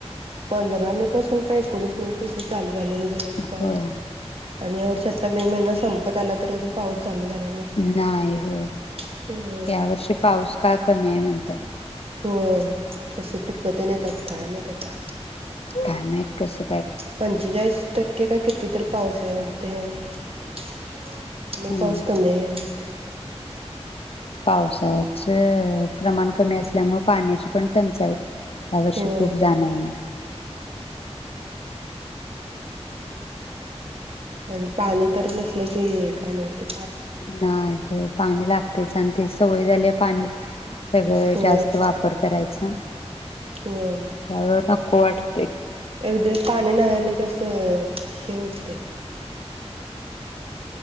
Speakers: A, on the right; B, on the left.
A: पंधरा मे पासून काय एकोणीस मे पासून चालू झालेलं गेला वर्षी पाऊस
B: होय
A: आणि या वर्षात? आता मे महिना संपत आला तरी अजून पाऊस चालू झाला
B: नाही होय
A: नाही
B: या वर्षी पाऊस का कमी आहे म्हणत्यात.
A: होय. कसं पिकतेन येतात. काय माहित आाता?
B: काय माहित कस?
A: पंचेचाळीस टक्के. किती तर पावस आहे वाटतंय ह्या वर्षी लई
B: हम्म
A: पाऊस कमी हाय ह्या वेळी.
B: पावसाच प्रमाण कमी असल्यामुळे पाण्याची पण टंचाई. यावर्षी
A: होय
B: खूप जाणवणार.
A: पण पाणी तर नसले की काय नव्हते.
B: नाही होय पाणी लागतयच. आणि ते सवय झाल्या पाणी सगळं
A: होय
B: जास्त वापर करायचा.
A: होय
B: त्यामुळे <unintelligible> वट.
A: एक दिवस पाणी नाही आलकी आस हे होतय.